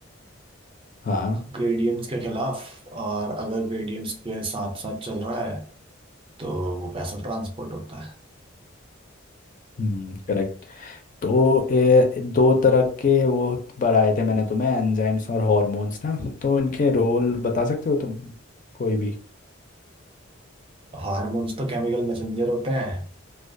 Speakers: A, on the left; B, on the right.
A: हाँ
B: ग्रेडियंट्स के खिलाफ और अगर ग्रेडियंट्स के साथ साथ चल रहा है तो वो पैसिव ट्रांसपोर्ट होता है
A: हम्म करेक्ट तो ए, दो तरह के वो पढ़ाए थे मैंने तुम्हें एंजाइम्स और हॉर्मोन्स ना तो इनके रोल बता सकते हो तुम कोई भी
B: हार्मोन्स तो केमिकल मैसेंजर होते हैं